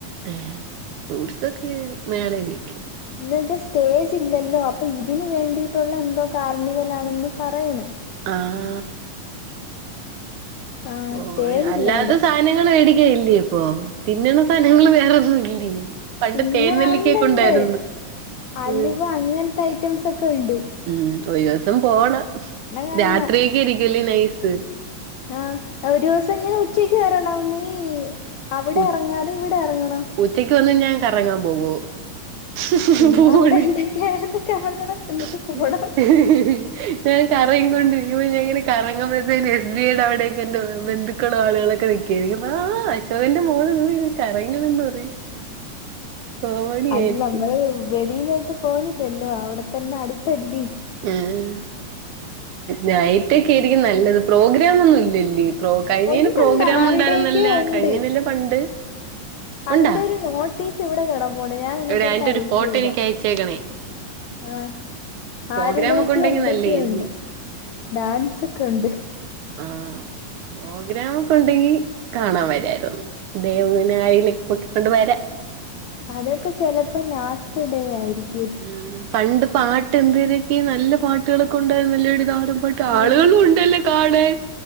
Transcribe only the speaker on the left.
എന്ന് വെച്ചാൽ സ്റ്റേജ് ഇല്ലല്ലോ അപ്പൊ ഇതിന് വേണ്ടിയിട്ടുള്ള എന്തോ കാർണിവൽ ആണെന്ന് പറയണ്
ആഹ്
സ്റ്റേജ്
ഇല്ല ഇവിടെ
തിന്നാനുണ്ടെന്ന്
അലുവ
അങ്ങനത്തെ ഐറ്റംസ് ഒക്കെ ഉണ്ടെന്ന്
കാണുന്ന
ആഹ് ഒരു ദിവസം ഇങ്ങനെ ഉച്ചയ്ക്ക് വരണം നീ അവിടെ
ഇറങ്ങാതെ ഇവിടെ ഇറങ്ങണം
ചുമ്മാ
അവിടെ എന്തൊക്കെയാണെന്ന് കാണണം എന്നിട്ട്
പോണം
അല്ല
നമ്മള് വെളിയിലോട്ട് പോണില്ലല്ലോ അവിടെ തന്നെ അടുത്തല്ലേ
ഉണ്ടുണ്ട്
ആരുടെയൊക്കെ
ഉണ്ട്
അതിന്റെ
ഒരു നോട്ടീസ് ഇവിടെ കിടപ്പുണ്ട് ഞാൻ നിനക്ക്
എടുത്ത്
അയച്ചു
തരാം
ആഹ്
ആരുടെയൊക്കെ
എന്തൊക്കെയുണ്ട്
ഡാൻസ് ഒക്കെ ഉണ്ട്
അതൊക്കെ ചെലപ്പോ ലാസ്റ്റ് ഡേ ആയിരിക്കും
ഉം